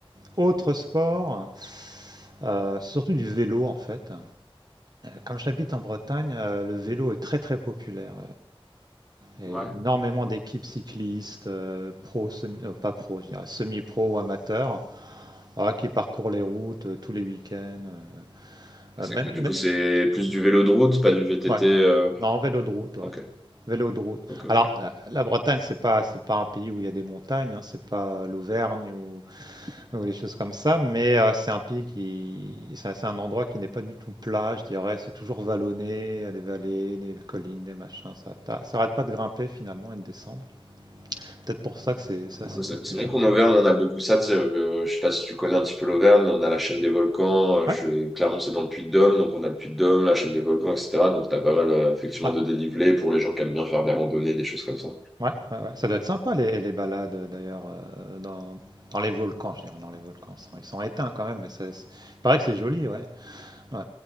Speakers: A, on the right; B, in the centre.
A: autre sport, euh, surtout du vélo en fait. Comme j'habite en Bretagne, euh, le vélo est très très populaire. Et
B: Ouais.
A: énormément d'équipes cyclistes, euh, pro, semi, euh, pas pro, je dirais, semi-pro ou amateurs, ah, qui parcourent les routes euh, tous les week-ends. euh, euh,
B: C'est
A: même,
B: que du
A: mais-
B: coup, c'est plus du vélo de route, pas du VTT.
A: ouais,
B: euh,
A: non, vélo de route, ouais.
B: Ok,
A: Vélo de route.
B: ok, ok.
A: Alors, euh, la Bretagne, c'est pas, c'est pas un pays où il y a des montagnes, hein, c'est pas euh, l'Auvergne ou des choses comme ça, mais euh, c'est un pays qui, c'est c'est un endroit qui n'est pas du tout plat, je dirais. C'est toujours vallonné, il y a des vallées, des collines, des machins. Ça t'a- ça arrête pas de grimper finalement et de descendre. Peut-être pour ça que c'est c'est assez
B: Ouais,
A: populaire.
B: C'est c'est vrai qu'en Auvergne, on a beaucoup ça. Tu sais, euh, euh, je sais pas si tu connais un petit peu l'Auvergne, mais on a la chaîne des volcans. euh,
A: Ouais,
B: je- Clermont, c'est dans le Puy-de-Dôme, donc on a le Puy-de-Dôme, la chaîne des volcans, etc. Donc, tu as pas mal, euh, effectivement,
A: ouais,
B: de dénivelé pour les gens qui aiment bien faire des randonnées, des choses comme ça.
A: ouais, ouais, ouais. Ça doit être sympa les, les balades euh, d'ailleurs euh, dans, dans les volcans, je dirais, dans les volcans. Ils sont, ils sont éteints quand même, mais ça, c'est- il paraît que c'est joli, ouais. ouais.